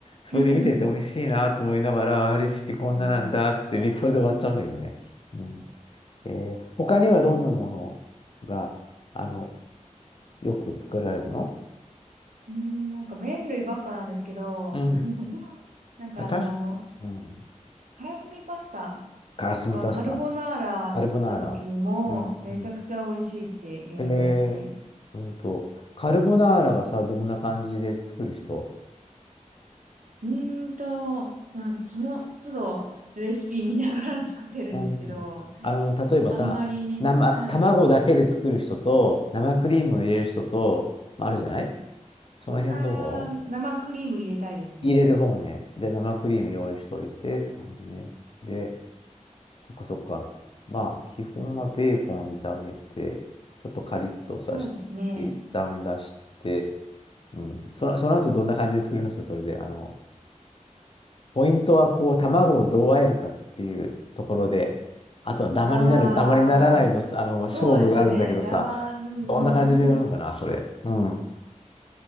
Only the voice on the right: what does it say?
<laughs>
うんうん。
うん、なんか麺類ばっかなんですけど、
<laughs> なんかあの、
からすみパスタ
とかカルボナーラ作った時もめちゃくちゃ美味しいって言われましたね。
うーんと、まあ、その都度レシピ見ながら作ってるんですけど、
あんまりね、
はい。
あー、生クリーム入れたいですね。
そうですね。
あー、
そうですよね。だま、うんうんうん。
<laughs>